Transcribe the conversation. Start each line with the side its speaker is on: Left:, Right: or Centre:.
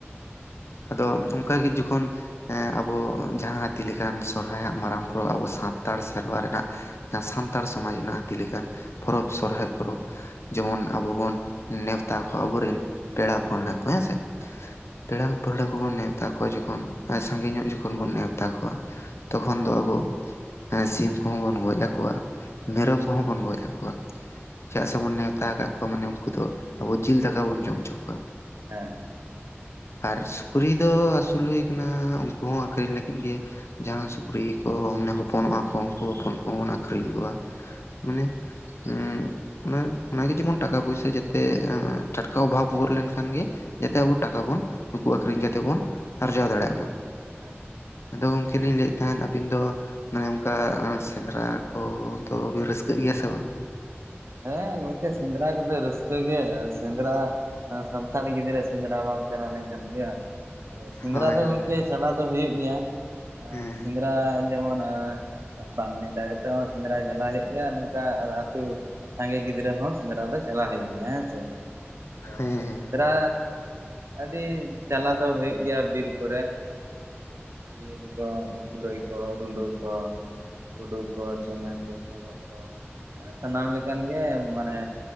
Left: ᱟᱫᱚ ᱚᱱᱠᱟᱜᱮ ᱡᱚᱠᱷᱚᱱ ᱮᱸ ᱟᱵᱚ ᱡᱟᱦᱟᱸ ᱦᱟᱹᱛᱤ ᱞᱮᱠᱟᱱ ᱥᱚᱨᱦᱟᱭ ᱦᱟᱸᱜ ᱢᱟᱨᱟᱝ ᱯᱚᱨᱚᱵ ᱟᱵᱚ ᱥᱟᱱᱛᱟᱲ ᱥᱮᱨᱣᱟ ᱨᱮᱱᱟᱜ ᱡᱟᱦᱟᱸ ᱥᱟᱱᱛᱟᱲ ᱥᱚᱢᱟᱡᱽ ᱨᱮᱱᱟᱜ ᱦᱟᱹᱛᱤ ᱞᱮᱠᱟᱱ ᱯᱚᱨᱚᱵᱽ ᱥᱚᱨᱦᱟᱭ ᱯᱚᱨᱚᱵᱽ ᱡᱮᱢᱚᱱ ᱟᱵᱚ ᱵᱚᱱ ᱱᱮᱣᱛᱟ ᱠᱚᱣᱟ ᱟᱵᱚᱨᱮᱱ ᱯᱮᱲᱟ ᱯᱟᱹᱲᱦᱟᱹ ᱠᱚ ᱦᱮᱸ ᱥᱮ
Right: ᱦᱮᱸ ᱦᱮᱸ ᱦᱮᱸ
Left: ᱯᱮᱲᱟ ᱯᱟᱹᱲᱦᱟᱹ ᱠᱚᱵᱚᱱ ᱱᱮᱣᱛᱟ ᱠᱚᱣᱟ ᱡᱚᱠᱷᱚᱱ ᱥᱟᱸᱜᱤᱧ ᱧᱚᱜ ᱡᱚᱠᱷᱚᱱ ᱵᱚᱱ ᱱᱮᱣᱛᱟ ᱢᱮᱛᱟ ᱠᱚᱣᱟ ᱛᱚᱠᱷᱚᱱ ᱫᱚ ᱟᱵᱚ ᱥᱤᱢ ᱠᱚᱦᱚᱸ ᱵᱚᱱ ᱜᱚᱡ ᱟᱠᱚᱣᱟ ᱢᱮᱨᱚᱢ ᱠᱚᱦᱚᱸ ᱵᱚᱱ ᱜᱚᱡ ᱟᱠᱚᱣᱟ ᱪᱮᱫᱟᱜ ᱥᱮᱵᱚᱱ ᱱᱮᱣᱛᱟ ᱟᱠᱟᱫ ᱠᱚᱣᱟ ᱢᱟᱱᱮ ᱩᱱᱠᱩ ᱫᱚ ᱟᱵᱚ ᱡᱤᱞ ᱫᱟᱠᱟ ᱵᱚᱱ ᱡᱚᱢ ᱦᱚᱪᱚ ᱠᱚᱣᱟ
Right: ᱦᱮᱸ ᱦᱮᱸ
Left: ᱟᱨ ᱥᱩᱠᱨᱤ ᱫᱚ ᱟᱹᱥᱩᱞ ᱦᱩᱭ ᱟᱠᱟᱱᱟ ᱩᱱᱠᱩ ᱦᱚᱸ ᱟᱹᱠᱷᱨᱤᱧ ᱞᱟᱹᱜᱤᱫ ᱜᱮ ᱡᱟᱦᱟᱸ ᱥᱩᱠᱨᱤ ᱠᱚ ᱢᱟᱱᱮ ᱦᱚᱯᱚᱱᱚᱜᱼᱟ ᱠᱚ ᱩᱱᱠᱩ ᱦᱚᱯᱚᱱ ᱠᱚᱦᱚᱸᱵᱚᱱ ᱟᱹᱠᱷᱨᱤᱧ ᱠᱚᱣᱟ ᱢᱟᱱᱮ ᱩᱸᱜ ᱚᱱᱮ ᱚᱱᱟᱜᱮ ᱡᱮᱢᱚᱱ ᱴᱟᱠᱟ ᱯᱚᱭᱥᱟ ᱡᱟᱛᱮ ᱴᱟᱴᱠᱟ ᱚᱵᱷᱟᱵ ᱜᱚᱫ ᱞᱮᱱ ᱠᱷᱟᱱ ᱜᱮ ᱡᱟᱛᱮ ᱟᱵᱚ ᱴᱟᱠᱟ ᱵᱚᱱ ᱩᱠᱩ ᱟᱹᱷᱨᱤᱧ
Right: ᱦᱮᱸ ᱦᱮᱸ ᱦᱮᱸ
Left: ᱠᱟᱛᱮᱫ ᱵᱚᱱ ᱟᱨᱡᱟᱣ ᱫᱟᱲᱮᱭᱟᱜ ᱢᱟ᱾
Right: ᱦᱮᱸ᱾
Left: ᱟᱫᱚ ᱜᱚᱝᱠᱮ ᱞᱤᱧ ᱞᱟᱹᱭᱮᱫ ᱛᱟᱦᱮᱸᱫ ᱟᱹᱵᱤᱱ ᱫᱚ ᱢᱟᱱᱮ ᱚᱱᱠᱟ ᱥᱮᱸᱫᱽᱨᱟ ᱠᱚᱫᱚ ᱵᱤᱱ ᱨᱟᱹᱥᱠᱟᱹᱜ ᱜᱮᱭᱟ ᱥᱮ ᱵᱟᱝ?
Right: ᱦᱮᱸ ᱜᱚᱢᱠᱮ ᱥᱮᱸᱫᱽᱨᱟ ᱠᱚᱫᱚ ᱨᱟᱹᱥᱠᱟᱹ ᱜᱮ, ᱥᱮᱸᱫᱽᱨᱟ ᱥᱟᱱᱛᱟᱲᱤ ᱜᱤᱫᱽᱨᱟᱹ ᱥᱮᱸᱫᱽᱨᱟ ᱵᱟᱢ ᱪᱟᱞᱟᱣ ᱞᱮᱱ ᱠᱷᱟᱱ ᱦᱩᱭᱩᱜᱼᱟ᱾ ᱟᱫᱚ ᱥᱮᱸᱫᱽᱨᱟ
Left: ᱦᱳᱭ
Right: ᱫᱚ
Left: ᱦᱳᱭ
Right: ᱜᱚᱝᱠᱮ
Left: ᱦᱳᱭ
Right: ᱪᱟᱞᱟᱣ ᱫᱚ ᱦᱩᱭᱩᱜ ᱜᱮᱭᱟ, ᱟ
Left: ᱦᱮᱸ
Right: ᱥᱮᱸᱫᱽᱨᱟ ᱡᱮᱢᱚᱱ ᱵᱟᱝ ᱱᱮᱰᱟ ᱠᱟᱛᱮᱫ ᱦᱚᱸ ᱥᱮᱸᱫᱽᱨᱟ ᱪᱟᱞᱟᱣ ᱦᱩᱭᱩᱜ ᱜᱮᱭᱟ ᱱᱚᱝᱠᱟ ᱟᱫᱚ ᱡᱮᱢᱚᱱ ᱟᱹᱛᱳ ᱥᱟᱸᱜᱮ ᱜᱤᱫᱽᱨᱟᱹ ᱦᱚᱸ ᱥᱮᱸᱫᱽᱨᱟ ᱫᱚ ᱪᱟᱞᱟᱣ ᱦᱩᱭᱩᱜ ᱜᱮᱭᱟ ᱦᱮᱸ ᱥᱮ, ᱛᱚ
Left: ᱦᱮᱸ ᱦᱮᱸ
Right: ᱥᱮᱸᱫᱽᱨᱟ ᱟᱹᱰᱤ ᱪᱟᱞᱟᱣ ᱫᱚ ᱦᱩᱭᱩᱜ ᱜᱮᱭᱟ ᱵᱤᱨ ᱠᱚᱨᱮ, ᱡᱤᱭᱟᱹᱞᱤ ᱠᱚ ᱠᱩᱞᱟᱹᱭ ᱠᱚ ᱨᱩᱸᱰᱟ ᱠᱚ ᱜᱩᱰᱳ ᱠᱚ ᱪᱮᱢᱮᱧ ᱠᱚ ᱥᱚᱜᱚᱜ ᱠᱚ ᱥᱟᱱᱟᱢ ᱞᱮᱠᱟᱱ ᱜᱮ ᱢᱟᱱᱮ